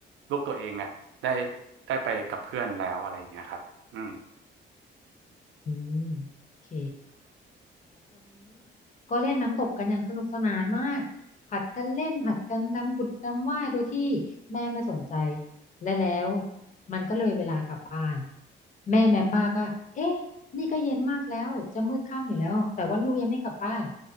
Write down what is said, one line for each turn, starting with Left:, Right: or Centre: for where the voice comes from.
Right: ลูกตัวเองอ่ะได้ได้ไปกับเพื่อนแล้วอะไรอย่างเงี้ยครับอืม
Left: อืมโอเค ก็เล่นน้ำตกกันอย่างสนุกสนานมากผัดกันเล่นผัดกันดำผุดดำว่ายโดยที่แม่ไม่สนใจและแล้วมันก็เลยเวลากลับบ้านแม่แมมบ้าก็เอ๊ะนี่ก็เย็นมากแล้วจะมืดค่ำอยู่แล้วแต่ว่าลูกยังไม่กลับบ้าน